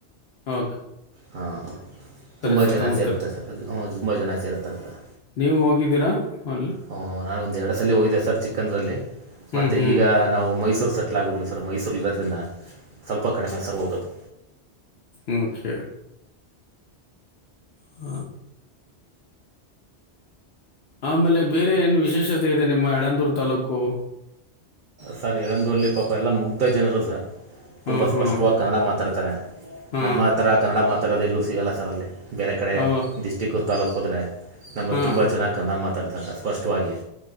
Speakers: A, on the left (about 65°); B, on the right (about 50°).
A: ಹ
B: ಹಾಂ ತುಂಬ
A: ಸುತ್ತಮುತ್ತಲು
B: ಜನ ಸ ಇರ್ತಾರೆ ಸರ್ದು ಹ್ ತುಂಬ ಜನ ಸ ಇರ್ತಾರೆ ಸರ್
A: ನೀವು ಹೋಗಿದ್ದೀರಾ ಅಲ್ಲಿ
B: ಹ ನಾನು ಒಂದ ಎರಡ ಸಲ ಹೋಗಿದ್ದೆ ಸರ್ ಚಿಕ್ಕಂದ್ರಲ್ಲಿ
A: ಹ್ಞೂ
B: ಮತ್ತೆ
A: ಹ್ಞೂ
B: ಈಗ ನಾವು ಮೈಸೂರು ಸೆಟ್ಲ್ ಆಗ್ಬಿಟ್ವಿ ಸರ್ ಮೈಸೂರ್ಲ್ಲಿ ಇರೋದ್ರಿಂದ ಸ್ವಲ್ಪ ಕಡಿಮೆ ಸರ್ ಹೋಗೋದು
A: ಅೆ ಅೆ ಹ ಆಮೇಲೆ ಬೇರೆ ಏನು ವಿಶೇಷತೆ ಇದೆ ನಿಮ್ಮ ಯಡಂದೂರು ತಾಲೂಕು
B: ಸರ್ ಇಳಂದರ್ಲಿ ಪಾಪ ಎಲ್ಲ ಮುಗ್ದ ಜನರು ಸರ್
A: ಹಾಂ
B: ತುಂಬ
A: ಹಾಂ
B: ಸ್ಪಷ್ಟವಾಗಿ ಕನ್ನಡ ಮಾತಾಡ್ತಾರೆ
A: ಹಾಂ
B: ನಮ್ಮ ಹತ್ರ ಕನ್ನಡ ಮಾತಾಡೋದು ಎಲ್ಲೂ ಸಿಗಲ್ಲ ಸರ ಅಲ್ಲಿ ಬೇರೆ ಕಡೆ
A: ಓ
B: ಡಿಸ್ಟಿಕ್ಕು ತಾಕ ಹೋದ್ರೆ ನಮ್ಮಲ್ಲಿ
A: ಹಾಂ
B: ತುಂಬ ಚೆನ್ನಾಗಿ ಕರ್ಡ ಮಾತಾಡ್ತತಾರೆ ಸ್ಪಷ್ಟವಾಗಿ